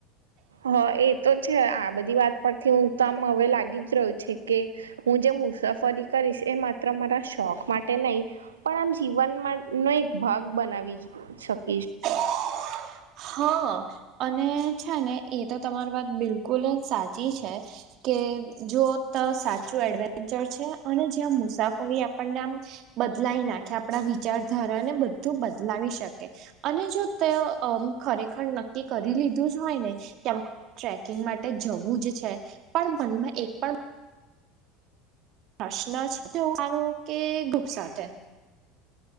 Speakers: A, on the right (about 75°); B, on the right (about 50°).
A: હા, એ તો છે આ બધી વાત પરથી હું તો આમ હવે લાગી જ રહ્યો છે કે હું જેમ મુસાફરી કરીશ એ માત્ર મારા શોખ માટે નહીં પણ આમ જીવનમાંનો એક ભાગ બનાવી શક
B: હા. અને છે ને એ તો તમારી વાત બિલકુલ જ સાચી છે કે જો તો સાચું એડવેન્ચર છે અને જ્યાં મુસાફરી આપણને આમ બદલાઈ નાખે આપણા વિચારધારા ને બધું બદલાવી શકે. અને જો તે અમ્મ ખરેખર નક્કી કરી લીધું જ હોય ને <inaudible> ટ્રેકિંગ માટે જવું જ છે પણ મનમાં એક પણ પ્રશ્ન છે તો મારું કે ગુપ સાથે